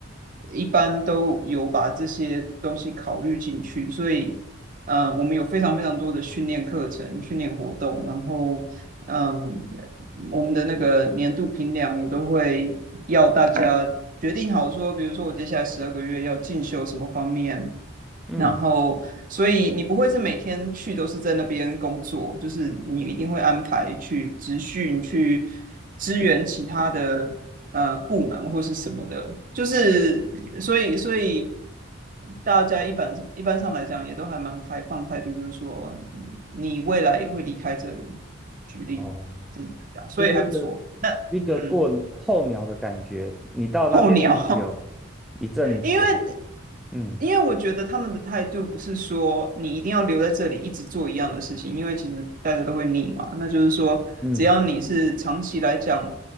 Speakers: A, on the right; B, in the centre.
A: 一般都有把这些东西考虑进去，所以呃，我们有非常非常多的训练课程、训练活动，然后。嗯，我们的那个年度评量也都会要大家决定好说，比如说我接下来十二个月要进修什么方面，
B: 嗯，
A: 然后所以你不会是每天去都是在那边工作，就是你一定会安排去职训、去支援其他的呃部门或是什么的，就是所以所以大家一般一般上来讲也都还蛮开放态度，就是说嗯你未来也会离开这里，举例。
B: 哦，
A: 这样所以还不错。
B: 就是一个一个过候鸟的感觉，
A: 那嗯，
B: 你到那边有一阵子啊，
A: 候鸟，<laughs> 因为
B: 嗯
A: 因为我觉得他们的态度不是说你一定要留在这里一直做一样的事情，因为其实大家都会腻嘛。那就是说，
B: 嗯
A: 只要你是长期来讲，